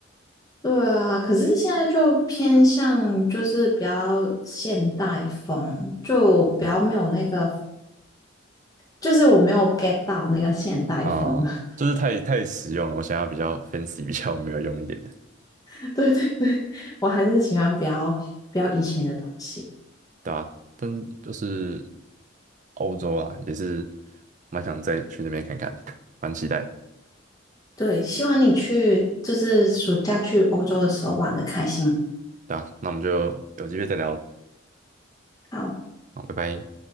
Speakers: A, on the left (about 20°); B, on the right (about 40°).
A: 对啊，可是现在就偏向就是比较现代风，就比较没有那个，就是我没有 get 到那个现代风的。
B: 啊、就是太太实用了。我想要比较 fancy、比较没有用一点的，
A: <laughs> 对对对，我还是喜欢比较比较以前的东西。
B: 对吧、但就是欧洲啊，也是蛮想再去那边看看的，蛮期待的，
A: 对，希望你去就是暑假去欧洲的时候玩的开心。
B: 对吧、那我们就有机会再聊，
A: 好。
B: 好，拜拜。